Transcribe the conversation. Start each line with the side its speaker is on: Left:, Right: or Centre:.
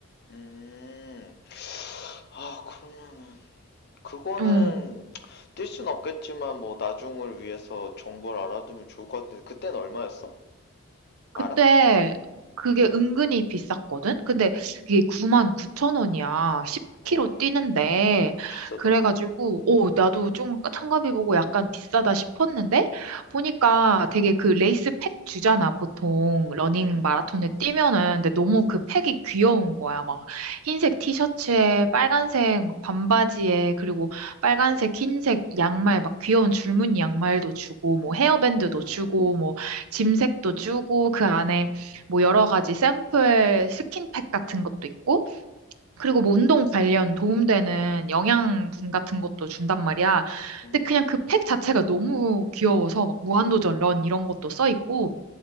Left: 음. 아, 그러면은 그거는
Right: 어,
Left: 뛸 순 없겠지만 뭐 나중을 위해서 정보를 알아두면 좋을 것 같은데 그때는 얼마였어?
Right: 그때
Left: 알아?
Right: 그게 은근히 비쌌거든? 근데 그게 9만 0천 원이야. 1 0
Left: 어우,
Right: k 로 뛰는데.
Left: 비싸다.
Right: 그래가지고, 오, 나도 좀 참가비 보고 약간 비싸다 싶었는데, 보니까 되게 그 레이스 팩 주잖아. 보통 러닝
Left: 으응..
Right: 마라톤에 뛰면은. 근데 너무 그 팩이 귀여운 거야. 막 흰색 티셔츠에 빨간색 막 반바지에, 그리고 빨간색, 흰색 양말, 막 귀여운 줄무늬 양말도 주고, 뭐
Left: 응 음,
Right: 헤어밴드도 주고, 뭐 짐색도 주고 그 안에 뭐 여러 가지 샘플 스킨팩 같은 것도 있고 그리고 뭐 운동 관련 도움되는 영양분 같은 것도 준단 말이야.
Left: 음,
Right: 근데 그냥 그 팩 자체가 너무 귀여워서 막 무한도전 런 이런 것도 써 있고